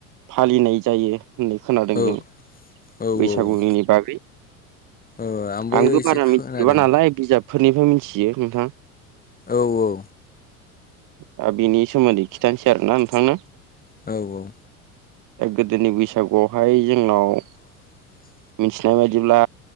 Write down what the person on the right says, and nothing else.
फालिनाय जायो होननाय खोनादों
जों।
बैसागुनि
बागै
आंबो
बारा
मिथिजोबा नालाय। बिजाबफोरनिफ्राय मिथियो नोंथां।
दा बिनि सोमोन्दै खिथानोसै आरोना नोंथांनो
गोदोनि बैसागुआवहाय जोंनाव
मिथिनाय बायदिल्बा